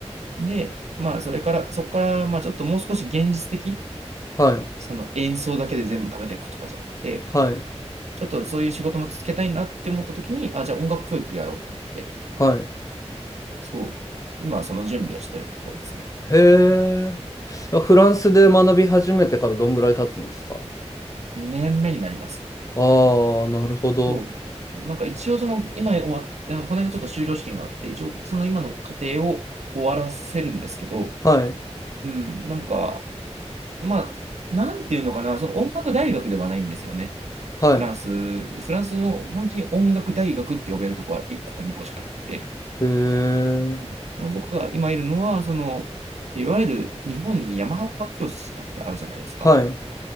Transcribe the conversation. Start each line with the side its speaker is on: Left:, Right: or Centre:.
Right: で、まあ、それから、そこから、まあ、ちょっともう少し現実的、
Left: はい、
Right: その演奏だけで全部食べていくとかじゃなくて、
Left: はい、
Right: ちょっとそういう仕事も続けたいなって思った時に、あ、じゃあ音楽教育やろうと思って、
Left: はい。
Right: そう、今はその準備をしてるところですね。
Left: へえ。フランスで学び始めてからどんぐらい経つんですか
Right: 2年目になります。
Left: ああー、なるほど。
Right: そう。なんか一応その、今終わっ、あのこの間ちょっと修了試験があって、一応その今の過程を終わらせるんですけど、
Left: はい、
Right: うん、なんか、まあ、なんていうのかな、その音楽大学ではないんですよね。
Left: は
Right: フランス、フランスの本当に音楽大学って呼べるとこは1個か2個しかなくて、
Left: い。へえ。
Right: うんで僕が今いるのは、その、いわゆる日本に山マハ音楽教室とかってあるじゃないですか。
Left: はい。